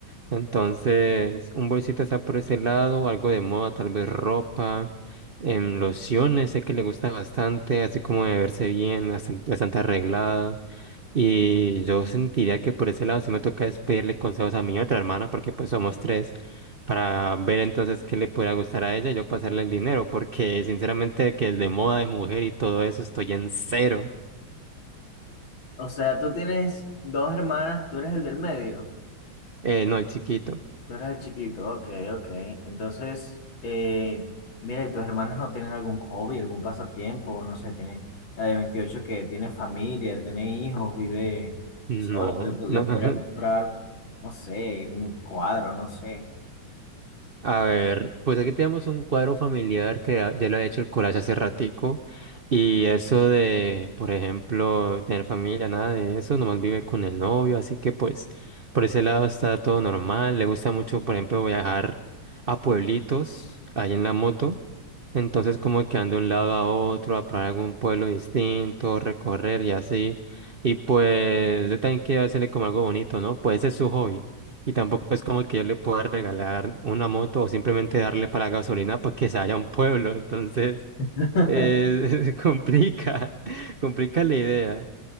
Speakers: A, on the right; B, on the left.
A: Entonces, un bolsito está por ese lado, algo de moda, tal vez ropa, em, lociones, sé que le gusta bastante, así como de verse bien, bastan- bastante, arreglada. Y yo sentiría que por ese lado sí me toca es pedirle consejos a mi otra hermana, porque pues somos tres, para ver entonces qué le pudiera gustar a ella y yo pasarle el dinero, porque sinceramente que es de moda de mujer y todo eso estoy en cero.
B: O sea, tú tienes dos hermanas, tú eres el del medio.
A: Eh, no, el chiquito.
B: Tú eras el chiquito, ok, ok. Entonces, eh, mira, ¿y tus hermanos no tienen algún hobby, algún pasatiempo? No sé, tiene la de 28 que tiene familia, tiene hijos, vive
A: No,
B: sola, le, po- le
A: no.
B: podrías
A: <laughs>
B: comprar, no sé, un cuadro, no sé.
A: A ver, pues aquí tenemos un cuadro familiar que ya ya lo ha hecho el collage hace ratico y eso de, por ejemplo, tener familia, nada de eso, nomás vive con el novio, así que pues por ese lado está todo normal, le gusta mucho, por ejemplo, viajar a pueblitos ahí en la moto, entonces como que anda de un lado a otro, a probar algún pueblo distinto, recorrer y así, y pues yo también quiero hacerle como algo bonito, ¿no? Pues ese es su hobby. Y tampoco es como que yo le pueda regalar una moto o simplemente darle para la gasolina porque se vaya a un pueblo. Entonces,
B: <laughs>
A: eh, <laughs> complica, <laughs> complica la idea.